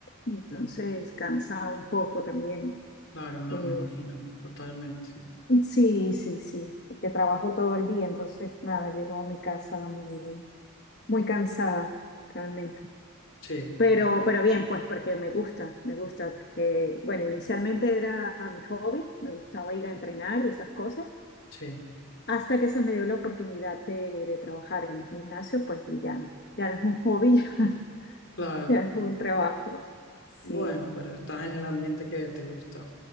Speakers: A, on the left (about 50°); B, on the left (about 65°).
A: entonces cansa un poco también.
B: Claro, no,
A: Eh,
B: me imagino. Totalmente.
A: sí, sí, sí, porque trabajo todo el día, entonces nada, llego a mi casa muy, muy cansada, realmente.
B: Sí,
A: Pero, pero bien, pues porque me gusta, me gusta, porque, bueno, inicialmente era mi hobby, me gustaba ir a entrenar y esas cosas.
B: sí.
A: Hasta que se me dio la oportunidad de, de trabajar en el gimnasio, pues y ya, ya no es un hobby, <laughs>
B: Claro.
A: ya es un trabajo. Sí,
B: Bueno, pero estás en el ambiente que te gusta.